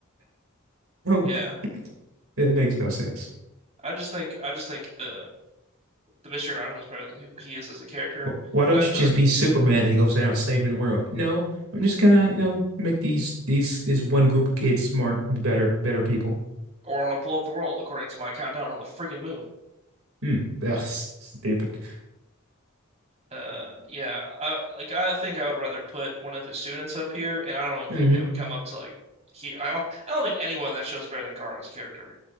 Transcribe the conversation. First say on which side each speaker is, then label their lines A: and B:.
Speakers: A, on the right (about 75°); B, on the right (about 30°).
A: <laughs>
B: Yeah.
A: It makes no sense.
B: I just think I just think the the mystery around him is better than who he is as a character.
A: Wh- Why don't
B: And I feel
A: you just
B: like
A: be Superman and go down saving the world? No, I'm just gonna, you know, make these these this one group of kids smart, better, better people.
B: or I want to blow up the world according to my countdown on the friggin' moon.
A: Hmm. Ugh, s- stupid.
B: Uh yeah, I like I think I would rather put one of his students up here and I don't even
A: hmm
B: think they would come up to like here. I don't I don't think anyone in that show is better than Gaara's character.